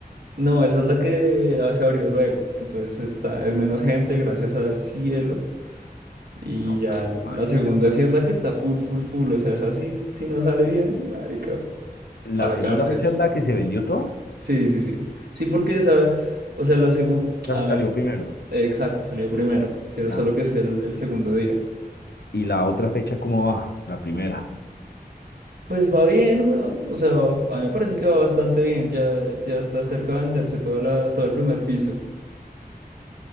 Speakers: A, on the right (about 75°); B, on the left (about 85°).
A: No, esa es la que ah, se abrió luego. Entonces está, es menos gente, gracias al cielo. Y
B: No
A: ya
B: tan
A: la
B: marica.
A: segunda sí es la que está full, full, full. O sea, esa sí, si no sale bien, marica,
B: ¿La
A: a la
B: segunda
A: cárcel.
B: fecha es la que se vendió toda?
A: Sí, sí, sí. Sí, porque esa, o sea, la segunda.
B: La
A: a
B: fue-
A: ver
B: salió primero.
A: Exacto, salió primero, sino
B: Ya.
A: solo que es el, el segundo día.
B: ¿Y la otra fecha cómo va? La primera.
A: Pues va bien, weón. O sea, a mí me parece que va bastante bien. Ya, ya está cerca de venderse toda la, todo el primer piso.